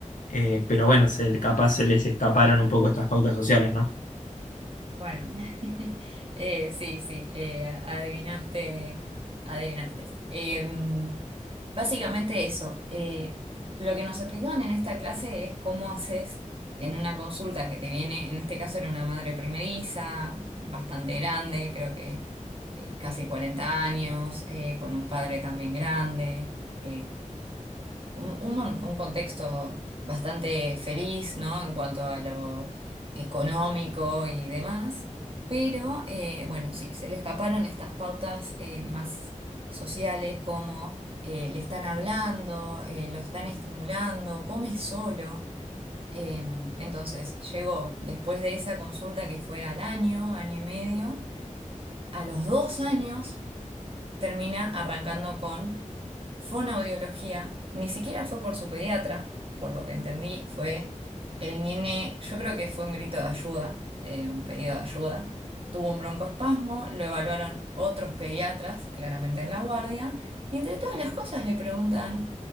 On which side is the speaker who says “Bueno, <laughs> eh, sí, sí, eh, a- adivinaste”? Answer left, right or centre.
Right